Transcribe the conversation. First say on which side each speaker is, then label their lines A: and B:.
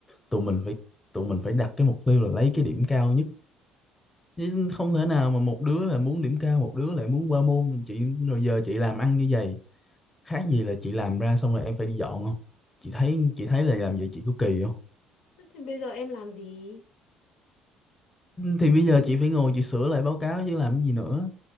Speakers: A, on the left; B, on the left.
A: tụi mình phải tụi mình phải đặt cái mục tiêu là lấy cái điểm cao nhất chứ không thể nào mà một đứa là muốn điểm cao một đứa lại muốn qua môn chị rồi giờ chị làm ăn như vậy khác gì là chị làm ra xong rồi em phải đi dọn không chị thấy chị thấy là làm vậy chị có kỳ không
B: Thế Thì bây giờ em làm gì?
A: thì bây giờ chị phải ngồi chị sửa lại báo cáo chứ làm cái gì nữa